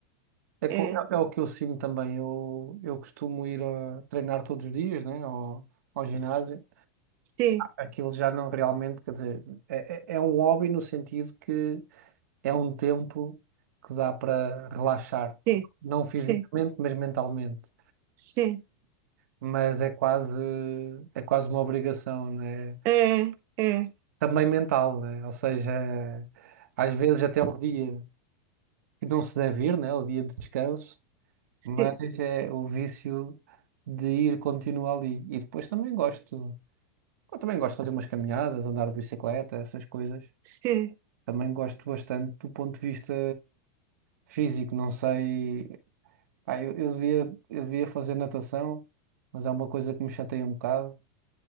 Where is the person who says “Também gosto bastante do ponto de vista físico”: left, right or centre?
Right